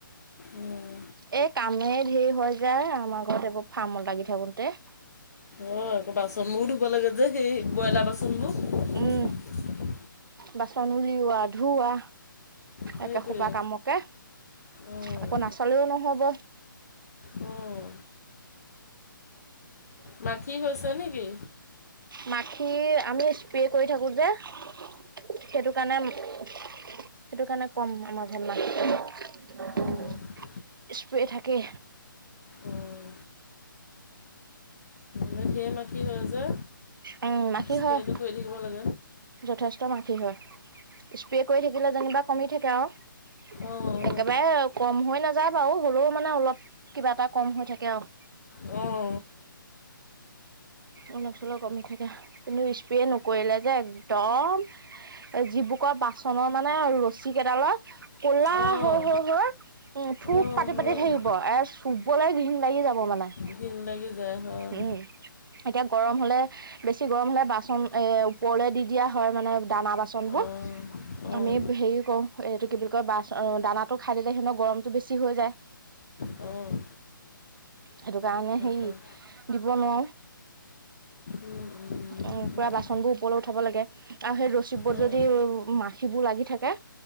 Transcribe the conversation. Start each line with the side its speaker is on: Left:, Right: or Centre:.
Left: উম
Right: এ' কামেই ধেৰ হৈ যায়। আমাৰ ঘৰত এইবোৰ ফাৰ্মত লাগি থাকোতে।
Left: অ'। আকৌ বাচন বোৰ ধুব লাগে যে সেই ব্ৰইলাৰ বাচন বোৰ।
Right: উম বাচন উলিওৱা ধুওৱা,
Left: সেইটোৱে
Right: একে সোপা কামক কে
Left: অঁ
Right: আকৌ নাচালেও নহ'ব।
Left: উম। মাখি হৈছে নেকি?
Right: মাখি আমি স্প্ৰে কৰি থাকো যে সেইটো কাৰণে সেইটো কাৰণে কম আমাৰ ঘৰত মাখিটো,
Left: অঁ
Right: স্প্ৰে থাকে।
Left: অঁ। এনে ধেৰ মাখি হয় যে।
Right: উম মাখি
Left: স্পেটো
Right: হয়
Left: কৰি থাকিব লাগে।
Right: যথেষ্ট মাখি হয়। স্প্ৰে কৰি থাকিলে যেনিবা কমি থাকে আৰু এ
Left: অঁ
Right: একেবাৰে কম হৈ নাযায় বাৰু হ'লেও, মানে অলপ কিবা এটা কম হৈ থাকে আৰু
Left: অ'।
Right: অলপ চলপ কমি থাকে। কিন্তু স্প্ৰে নকৰিলে যে একদম এ, যিবোৰ ক বাচনৰ মানে ৰছী কেইডালত কলা
Left: অঁ
Right: হৈ, হৈ, হৈ। উম থূপ
Left: অঁ
Right: পাতি
Left: হয়
Right: পাতি থাকিব এ' চুবলৈ ঘিণ লাগি যাব মানে।
Left: ঘিণ লাগি যায় হয়।
Right: উম এতিয়া গৰম হ'লে, বেছি গৰম হ'লে বাচন এ' ওপৰলৈ দি দিয়া হয় মানে দানা বা চনবোৰ
Left: অঁ অঁ
Right: আমি হেৰি কৰো, এইটো কি বুলি কয় বাচ দানাটো খাই দিলে সিহঁতৰ গৰমতটো বেছি হৈ যায়।
Left: অ'।
Right: সেইটো কাৰণে হেৰি
Left: বাৰু
Right: দিব নোৱাৰো।
Left: উম, উম,
Right: পুৰা
Left: হয়।
Right: বাচন বোৰ ওপৰলৈ উঠাব লাগে। উম', আৰু সেই ৰছীবোৰত
Left: অঁ
Right: যদি মাখিবোৰ লাগি থাকে',